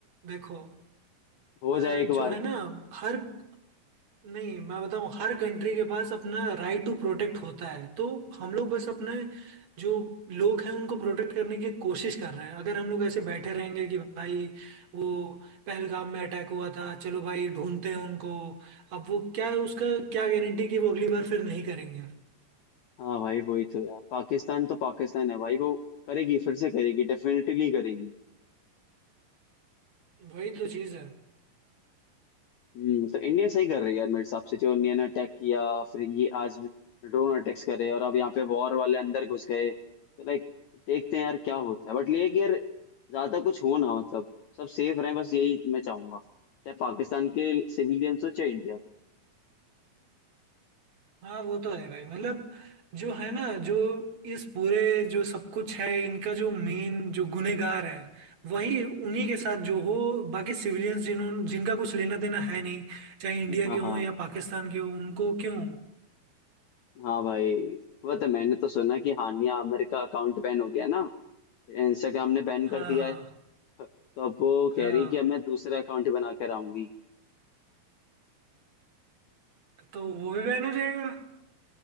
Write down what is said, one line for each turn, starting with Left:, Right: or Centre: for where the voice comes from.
Right: देखो
Left: हो
Right: अ,
Left: जाए एक बार
Right: जो है ना हर नहीं मैं बताऊं हर कंट्री के पास अपना राइट टू प्रोटेक्ट होता है तो हम लोग बस अपने जो लोग हैं उनको प्रोटेक्ट करने की कोशिश कर रहे हैं अगर हम लोग ऐसे बैठे रहेंगे कि भाई वो पहलगाम में अटैक हुआ था चलो भाई ढूंढते हैं उनको अब वो क्या उसका क्या गारंटी कि वो अगली बार फिर नहीं करेंगे
Left: हाँ भाई वही तो यार पाकिस्तान तो पाकिस्तान है भाई वो करेगी फिर से करेगी डेफिनेटली करेगी
Right: वही तो चीज़ है
Left: हम्म तो इंडिया सही कर रही है यार मेरे हिसाब से जो इंडिया ने अटैक किया फिर ये आज ड्रोन अटैक्स करे और अब यहाँ पे वॉर वाले अंदर घुस गए तो लाइक देखते हैं यार क्या होता है बट ये है कि यार ज्यादा कुछ हो ना मतलब सब सेफ रहें बस यही मैं चाहूंगा चाहे पाकिस्तान के सिविलियंस हो चाहे इंडिया के
Right: हाँ वो तो है भाई मतलब जो है ना जो इस पूरे जो सब कुछ है इनका जो मेन जो गुनेगार है वही उन्हीं के साथ जो हो बाकी सिविलियंस जिन्होंने जिनका कुछ लेना देना है नहीं चाहे इंडिया
Left: हाँ
Right: के हों
Left: हाँ
Right: या पाकिस्तान के हों उनको क्यों
Left: हाँ भाई वो तो मैंने तो सुना कि हानिया आमिर का अकाउंट बैन हो गया ना इंस्टाग्राम ने बैन कर
Right: हाँ
Left: दिया
Right: हाँ
Left: है तो अब वो
Right: हाँ
Left: कह रही कि अब मैं दूसरा अकाउंट बना कर आऊंगी
Right: तो वो भी बैन हो जाएगा